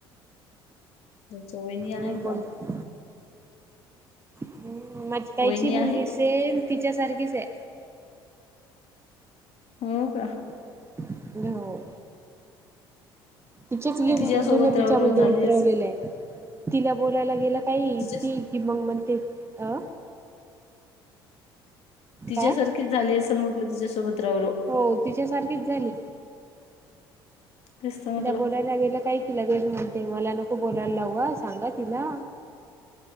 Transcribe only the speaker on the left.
चोय नाही आहेय
का?
वहिणी
आहे
हो का?
ती तिच्यासोबत
रावराव
झाली
असेल
तिच्या
तिच्यासारखीच
झाली असेल म्हटलं तिच्यासोबत राव र.
तेच तर म्हटलं